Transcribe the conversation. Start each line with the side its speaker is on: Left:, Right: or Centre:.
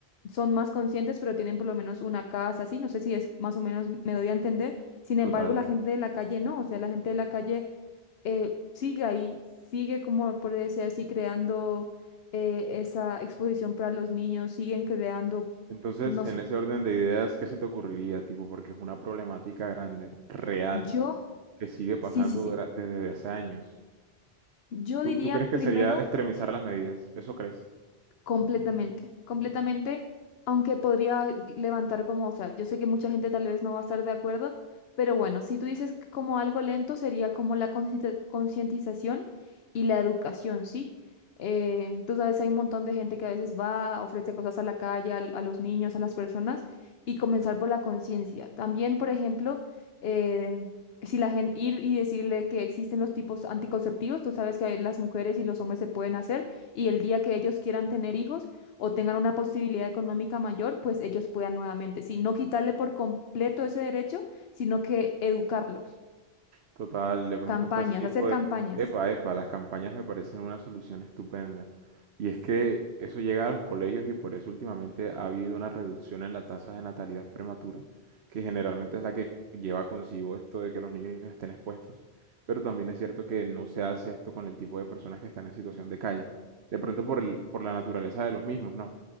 Left: son más conscientes, pero tienen por lo menos una casa, así, no sé si es más o menos, me doy a entender. Sin embargo,
Right: Total.
Left: la gente de la calle no, o sea, la gente de la calle eh, sigue ahí, sigue, como por decir así, creando eh, esa exposición para los niños, siguen creando,
Right: Entonces,
Left: no
Right: en
Left: sé.
Right: ese orden de ideas, ¿qué se te ocurriría, tipo? Porque es una problemática grande, real,
Left: Yo,
Right: que sigue pasando
Left: sí, sí, sí.
Right: dura- desde hace años.
Left: Yo
Right: ¿Tú,
Left: diría
Right: tú crees
Left: primero
Right: que sería extremizar las medidas? ¿Eso crees?
Left: Completamente, completamente, aunque podría levantar como, o sea, yo sé que mucha gente tal vez no va a estar de acuerdo, pero bueno, si tú dices como algo lento, sería como la concienti- concientización y la educación, ¿sí? Eh, tú sabes, hay un montón de gente que a veces va, ofrece cosas a la calle, al- a, los niños, a las personas, y comenzar por la conciencia. También, por ejemplo, eh, si la gente ir y decirle que existen los tipos anticonceptivos, tú sabes que las mujeres y los hombres se pueden hacer y el día que ellos quieran tener hijos o tengan una posibilidad económica mayor, pues ellos puedan nuevamente, sí, no quitarle por completo ese derecho, sino que educarlos,
Right: Total, de pronto
Left: campañas,
Right: está ese tipo
Left: hacer campañas.
Right: de... Epa, epa, las campañas me parecen una solución estupenda. Y es que eso llega a los colegios y por eso últimamente ha habido una reducción en la tasa de natalidad prematura, que generalmente es la que lleva consigo esto de que los niños estén expuestos. Pero también es cierto que no se hace esto con el tipo de personas que están en situación de calle. De pronto por el- por la naturaleza de los mismos, ¿no?